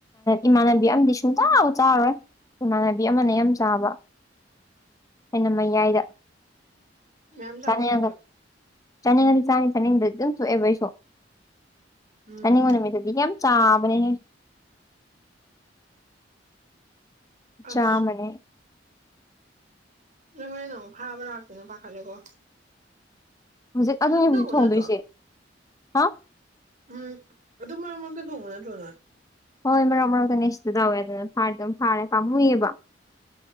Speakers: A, on the left; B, on the right.
A: ꯏꯃꯥꯟꯅꯕꯤ ꯑꯃꯗꯤ ꯁꯨꯡꯆꯥ ꯆꯥꯔꯣꯏ ꯏꯃꯥꯟꯅꯕꯤ ꯑꯝꯅ ꯌꯥꯝ ꯆꯥꯕ ꯍꯦꯟꯅ ꯃꯌꯥꯏꯗ
B: ꯃꯌꯥꯝ ꯆꯥꯎꯋꯣ
A: ꯆꯥꯅꯤꯡꯒ
B: ꯅꯪꯖꯨ
A: ꯆꯥꯅꯤꯡꯉꯗꯤ ꯆꯥꯅꯤ ꯆꯥꯅꯤꯡꯗ꯭ꯔꯥꯒ ꯊꫭꯡꯑꯦꯕ‌ꯑꯩꯁꯨ
B: ꯎꯝ
A: ꯆꯅꯤꯡꯕ ꯅꯨꯃꯤꯠꯇꯗꯤ ꯌꯥꯝ ꯆꯥꯕꯅꯦꯍꯦ
B: ꯑꯁ
A: ꯆꯥꯃꯅꯤ
B: ꯅꯣꯏ ꯍꯣꯔꯦꯟ ꯑꯃꯨꯛ ꯐꯥꯕ ꯂꯥꯛꯇꯦꯅ ꯄꯥꯈꯠꯂꯦꯀꯣ
A: ꯍꯧꯖꯤꯛ ꯑꯗꯨꯅꯦ
B: ꯑꯗꯨꯝ
A: ꯍꯧꯖꯤꯛ
B: ꯇꯧꯕ
A: ꯊꯣꯡꯗꯣꯏꯁꯦ
B: ꯅꯠꯇ꯭ꯔꯣ
A: ꯍꯥ
B: ꯎꯝ ꯑꯗꯨꯝ ꯃꯔꯛ ꯃꯔꯛꯇ ꯊꯣꯡꯕ ꯅꯠꯇ꯭ꯔꯣꯅ
A: ꯍꯣꯏ ꯃꯔꯛ ꯃꯔꯛꯇꯅꯦ <unintelligible> ꯇꯧꯋꯦ ꯑꯗꯨꯅ ꯐꯥꯔꯗꯤ ꯑꯗꯨꯝ ꯐꯥꯔ ꯄꯥꯃꯨꯏꯌꯦꯕ